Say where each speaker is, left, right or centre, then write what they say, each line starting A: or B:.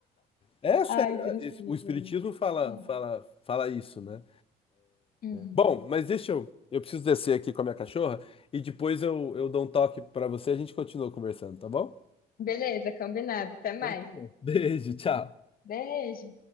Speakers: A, on the left; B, on the left.
A: É sério,
B: Ai, tristeza.
A: é, es- o espiritismo fala,
B: É.
A: fala, fala isso, né?
B: Uhum.
A: Bom, mas deixa eu. Eu preciso descer aqui com a minha cachorra e depois eu, eu dou um toque pra você e a gente continua conversando, tá bom?
B: Beleza, combinado. Até mais.
A: Então tá bom. Beijo, tchau.
B: Beijo.